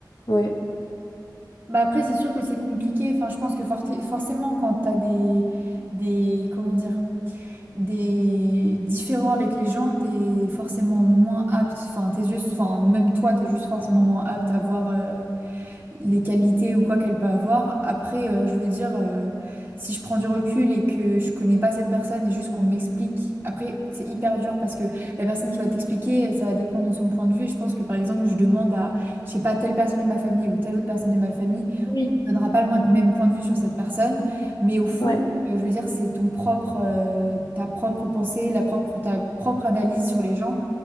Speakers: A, on the left (about 65°); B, on the right (about 25°).
A: Ouais.
B: Bah après, c'est sûr que c'est compliqué. Enfin, je pense que forté- forcément, quand t'as des, des, comment dire, des différends avec les gens, t'es forcément moins apte. Enfin, tes yeux, enfin, ou même toi, t'es juste forcément moins apte à voir. euh, les qualités ou quoi qu'elle peut avoir. Après, euh, je veux dire, euh, si je prends du recul et que je connais pas cette personne et juste qu'on m'explique, après, c'est hyper dur parce que la personne qui va t'expliquer, euh, ça va dépendre de son point de vue. Et je pense que par exemple, je demande à, je sais pas, telle personne de ma famille ou telle autre personne de ma famille,
A: Oui,
B: on ne donnera pas le mo- même point de vue sur cette personne, mais au fond,
A: ouais,
B: euh, Je veux dire, c'est ton propre, euh, ta propre pensée, la propre, ta propre analyse sur les gens.